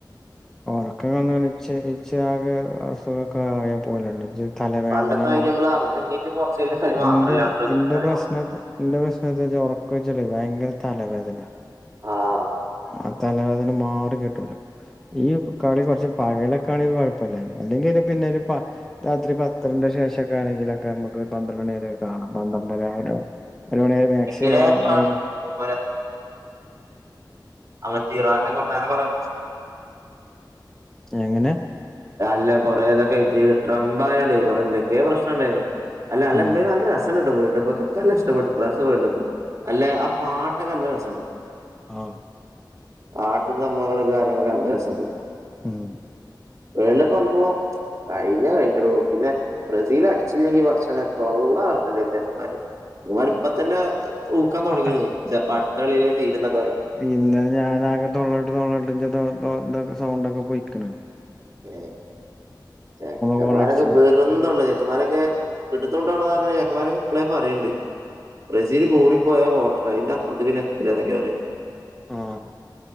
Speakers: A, in the centre; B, on the right (about 40°).
A: റക്കെ കണച്ച ഇച്ച ആകെ അസുഖൊക്കെ അറിയാൻ പോലണ്ട് തലവേദന
B: പണ്ടത്തെ മാതിരി
A: മാ
B: നമ്മള് അർജന്റീനയും പോർച്ചുഗലും കളി മാത്രല്ല
A: ന്റെ
B: ബ്രസീൽ
A: എന്റെ
B: കളി
A: പ്രശ്ന എന്റെ പ്രശ്നത്തെ വെച്ച ഉറക്ക വെച്ചളേ ഭയങ്കര പത്തല്ല വദല്ല
B: ആഹ
A: ആ തലവേദന് മാറി കിട്ടൂലോ ഈക്കളി കുറച്ചച്ച് പകലൊക്കെ ആങ്ക കുഴപ്പമില്ല അല്ലെങ്ക പിന്നെ ഒരു രാത്രി പത്തിണ്ട ശേഷമ ഒക്കെ ആണെങ്കിലൊക്കെ നമുക്ക് ഒരു പന്ത്രണ്ട്ണ നേര കാണാം പന്ത്രണ്ടര ഒരു മണി വരെ മാക്സിമം
B: എനെ പ്രാവശനം
A: ഒരു മണി
B: രറ്റ ഇറാനെ കുറച്ച് പറ പ്ര <unintelligible>
A: അങ്ങനെ
B: അല്ല കൊറേതൊക്കെ ഇട്ട് ട്രംപായണ്ട കൊറെേ എന്തൊക്കെയെ പ്രശ്നംുണ്ടായിരുന്നു അല്ല അല്ല
A: ആഹ്
B: എന്തായാലും അത് രസന ഇട്ട പോയിണ്ടണ്ട്പ്പൊ കക്കല്ല ഇഷ്ടപ്പെട്ട് പ്രസണ്ടണ്ട് പോയി അല്ലെ ആ പാട്ടൊക്കെ അല്ല വെച്ചണ്ട്
A: ആഹ
B: ആാട്ടും സംഭവങ്ങളൊക്കെ കാര്യങ്ങളൊക്കെ നല്ല രസമുണ്ട്
A: ആഹ
B: വെള്ളമ്പോ കഴിഞ്ഞ കഴിഞ്ഞറ പിന്നെ ബ്രസീൽ അടിച്ചെങ്കി പഠക്ഷനെ തൊള്ള ആൾക്കാക്കമാര് അമാര്പ്പ തന്നെ ഊക്കാൻ തുടങ്ങിയ
A: ആഹ് ആഹ്
B: ചപ്പോ അടുത്ത കളിയിയില് തീരുന്നൊക്കെ വരുണ്ട്
A: ഇന്ന ഞാനാകെ തൊള്ളോട്ട് തൊള്ളോട്ട്ഞ്ച ഇൊക്കെ സൗണ്ടൊക്കെ പൊയിക്കണ
B: ഏ ചെക്കമാരൊക്കെ
A: ഗോളടിച്ചില്ലേ
B: വെറുംതള്ള ചെ ചക്കന്മാരൊക്കെ പിട്ടത്തിട്ടള്ളതാരണ ചക്കന്മാരൊക്കെ ഇളേ പറയുന്നുണ്ട് ബ്രസീൽ കൂടി ോട്ടറ ഇാപ്പറത്തക്കെ എ കേെവ
A: ആഹ്